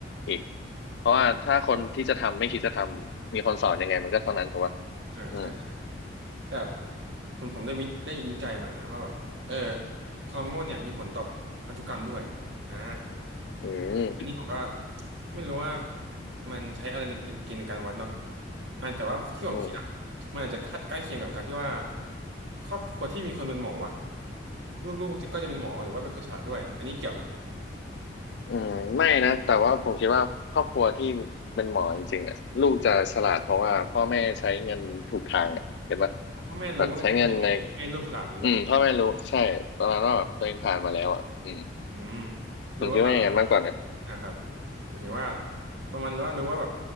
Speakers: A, on the left; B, on the right.
A: อีกเพราะว่าถ้าคนที่จะทำไม่คิดจะทำมีคนสอนยังไงมันก็เท่านั้นถูกปะ
B: อืมอ่าใช่ใช่
A: อืม
B: แต่เหมือนผมได้วิได้ยินวิจัยมานะว่าแบบเออความโง่เนี่ยมีผลต่อพันธุกรรมด้วยอ่า
A: อืม
B: อันนี้ผมก็ไม่รู้ว่ามันใช้อะไรในเป็นเกณฑ์ในการวัดเนาะอ่าแต่ว่าที่ผมคิดอะมันอาจจะใกล้เคียงกับการที่ว่า
A: อืม
B: ครอบครัวที่มีคนเป็นหมออะลูกๆจะก็จะเป็นหมอหรือว่าเป็นคนฉลาดด้วยอันนี้เกี่ยวไหม
A: อืมไม่นะแต่ว่าผมคิดว่าครอบครัวที่เป็นหมอจริงๆอ่ะลูกจะฉลาดเพราะว่าพ่อแม่ใช้เงินถูกทางอ่ะเห็นปะ
B: อ๋อพ่อแม่รู้ว่าจะทำยังไงให้ลูกฉลาดนี้ป่ะ
A: แบบใช้เงินในอืมพ่อแม่รู้ใช่ประมาณว่าแบบตัวเองผ่านมาแล้วอ่ะอืม
B: อืมหรือว่าแบบ
A: ผมคิดว่าอย่างนั้นมากกว่านะ
B: อ่ะครับหมายถึงว่าประมาณว่ารู้ว่าแบบ